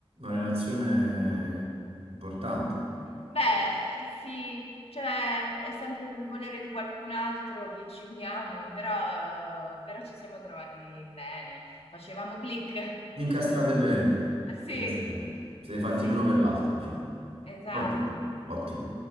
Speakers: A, on the right; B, on the left.
A: relazione importante.
B: Beh, sì, cioè è sempre per volere di qualcun altro che ci uniamo, però, eh, però ci siamo trovati bene, facevamo click.
A: Vi incastrate bene.
B: <laughs>
A: Vi
B: Sì,
A: Incastrate bene. Siete fatti
B: sì,
A: l'uno per l'altro, diciamo.
B: esatto.
A: Ottimo, ottimo.